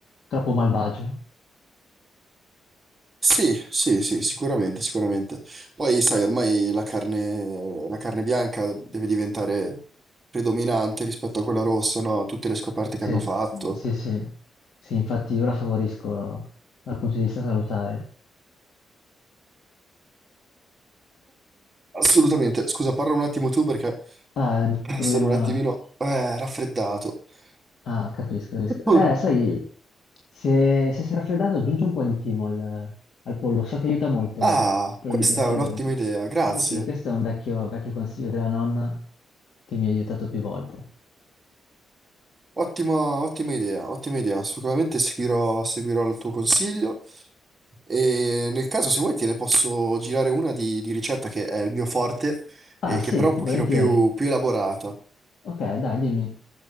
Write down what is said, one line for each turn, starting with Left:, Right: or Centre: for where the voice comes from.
Left: troppo malvagio.
Right: Sì, sì, sì, sicuramente, sicuramente. Poi, sai, ormai la carne, la carne bianca deve diventare predominante rispetto a quella rossa, no? Tutte le scoperte
Left: Sì,
Right: che hanno fatto.
Left: sì, sì, sì, infatti io la favorisco dal punto di vista salutare.
Right: Assolutamente. Scusa, parla un attimo tu perché
Left: Ah, il
Right: Eh,
Left: problema...
Right: sono un attimino eh, raffreddato. <clears throat>
Left: Ah, capisco, capisco.
Right: Mm.
Left: Eh, sai, se, se sei raffreddato aggiungi un po' di timo al, al pollo, so che aiuta molto
Right: Ah,
Left: problemi
Right: questa
Left: di raffreddore.
Right: è un'ottima idea, grazie.
Left: Sì, sì, questo è un vecchio, vecchio consiglio della nonna che mi ha aiutato più volte.
Right: Ottimo, ottima idea, ottima idea. Sicuramente seguirò, seguirò il tuo consiglio e nel caso se vuoi te ne posso girare una di, di ricetta che è il mio forte
Left: Ah,
Right: e
Left: sì,
Right: che però è un pochino
Left: volentieri.
Right: più, più elaborata.
Left: Ok, dai, dimmi.